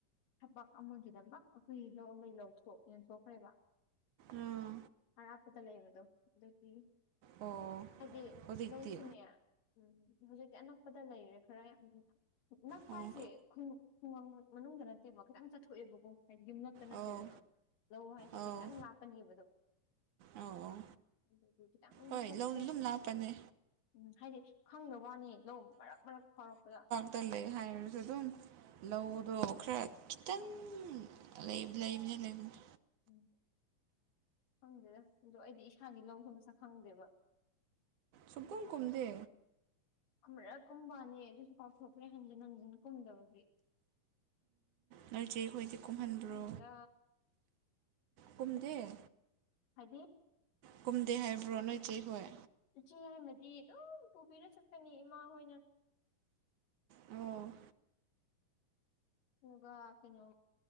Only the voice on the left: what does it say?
ꯊꯄꯥ ꯑꯃꯃꯁꯤꯗꯝꯕ ꯑꯩꯈꯣꯏ ꯂꯧꯃꯩ ꯂꯧꯊꯣꯛ ꯌꯦꯟꯊꯣꯛꯈ꯭ꯔꯦꯕ
ꯑꯔꯥꯞ ꯈꯨꯠꯇ ꯂꯩꯕꯗꯣ ꯑꯗꯨꯗꯤ
ꯍꯥꯏꯗꯤ
ꯂꯧꯁꯨꯅꯦ ꯎꯝ ꯍꯧꯖꯤꯛꯇꯤ ꯑꯅꯛꯄꯗ ꯂꯩꯔꯦ ꯈꯔ ꯌꯥꯝ ꯅꯛꯄ
ꯍꯥꯏꯁꯦ
ꯈꯨꯡꯒꯪ ꯃꯅꯨꯡꯗ ꯅꯠꯇꯦꯕ ꯈꯤꯇꯪ ꯆꯠꯊꯣꯛꯑꯦꯕꯀꯣ ꯍꯥꯏꯗꯤ ꯌꯨꯝꯂꯛ ꯈꯛꯇ ꯅꯠꯇꯦꯗꯅ
ꯂꯧ ꯍꯥꯏꯁꯤꯗꯤ
ꯈꯤꯇꯪ ꯂꯥꯞꯄꯅꯦꯕꯗꯣ
ꯑꯗꯨꯗꯤ ꯈꯤꯇꯪꯗꯤ
ꯆꯠꯂꯦ
ꯎꯝ ꯍꯥꯏꯗꯤ ꯈꯪꯗꯕ ꯋꯥꯅꯤ ꯂꯧ ꯃꯔꯛ ꯃꯔꯛ ꯐꯥꯎꯔꯛꯄꯗ
ꯎꯝ ꯈꯪꯗꯦꯗ ꯑꯗꯣ ꯑꯩꯗꯤ ꯏꯁꯥꯒꯤ ꯂꯧꯗꯨꯣ ꯃꯁꯛ ꯈꯪꯗꯦꯕ
ꯑꯃꯨꯔꯛ ꯀꯨꯝꯕ ꯋꯥꯅꯤ ꯑꯗꯨꯁꯨ ꯀꯥꯎꯊꯣꯛꯈ꯭ꯔꯦ ꯍꯟꯖꯤꯟ ꯍꯟꯖꯤꯟ ꯀꯨꯝꯗꯕꯒꯤ
ꯈꯪꯗꯦꯗ
ꯍꯥꯏꯗꯤ
ꯏꯆꯦ ꯌꯥꯏꯃꯗꯤ ꯑꯗꯨꯝ ꯄꯨꯕꯤꯔ ꯆꯠꯀꯅꯤ ꯏꯃꯥ ꯍꯣꯏꯅ
ꯑꯗꯨꯒ ꯀꯩꯅꯣ